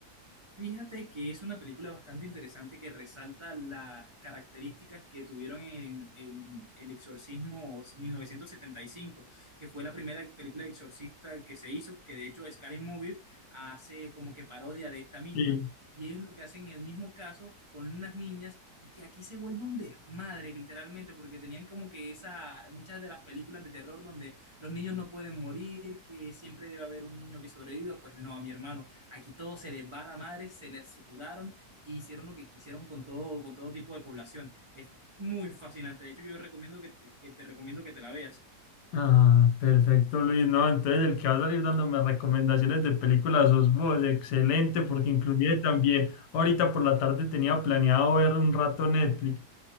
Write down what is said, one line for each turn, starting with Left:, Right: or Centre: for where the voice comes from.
Right: Fíjate que es una película bastante interesante que resalta las características que tuvieron en, en El Exorcismo 1975, que fue la primera película de exorcista que se hizo, que de hecho Scary Movie hace como que parodia de esta misma.
Left: Sí.
Right: Y ellos lo que hacen en el mismo caso con unas niñas y que aquí se vuelve un desmadre literalmente porque tenían como que esa, muchas de las películas de terror donde los niños no pueden morir, que siempre debe haber un niño que sobreviva, pues no, mi hermano. Aquí todo se les va a la madre, se les sudaron y e hicieron lo que quisieron con todo, con todo tipo de población. Es muy fascinante. De hecho, yo recomiendo que, que te recomiendo que te la veas.
Left: Ah, perfecto, Luis. No, entonces el que va a salir dándome recomendaciones de películas sos vos. Excelente, porque inclusive también ahorita por la tarde tenía planeado ver un rato Netflix.